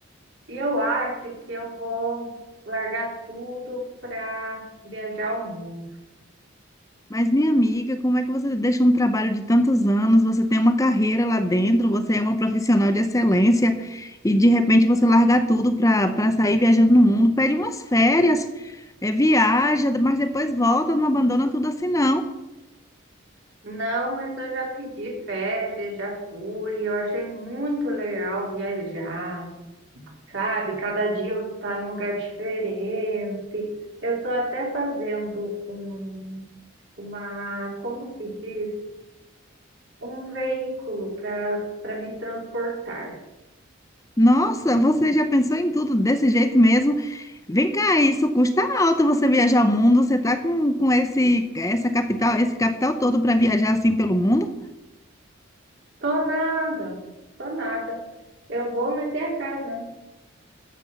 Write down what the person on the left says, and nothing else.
Mas, minha amiga, como é que você deixa um trabalho de tantos anos, você tem uma carreira lá dentro, você é uma profissional de excelência e de repente você larga tudo para para sair viajando no mundo, pede umas férias, eh, viaja, mas depois volta, não abandona tudo assim, não.
Nossa, você já pensou em tudo desse jeito mesmo? Vem cá, isso custa alto você viajar o mundo, você tá com, com esse, essa capital, esse capital todo para viajar assim pelo mundo?